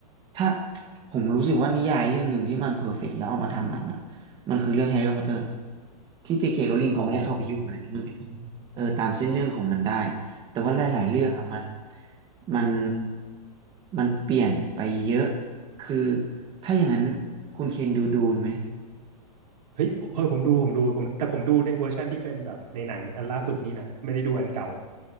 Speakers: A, on the right; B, on the right.
A: ถ้าผมรู้สึกว่านิยายเรื่องหนึ่งที่มันเพอร์เฟกต์แล้วเอามาทำหนังอะมันคือเรื่องแฮร์รี่พอตเตอร์ที่เจเคโรลลิงเขาไม่ได้เข้าไปยุ่งอะไรอย่างนี้มันก็เลยเออตามเส้นเรื่องของมันได้
B: อ๋อ
A: แต่ว่าหลายๆเรื่องอะมัน
B: อืม
A: มันมันเปลี่ยนไปเยอะคือถ้าอย่างนั้นคุณเคนดูดูนไหม
B: เฮ้ยเออผมดูผมดูผมแต่ผมดูในเวอร์ชันที่เป็นแบบในหนังอันล่าสุดนี้นะไม่ได้ดูอันเก่า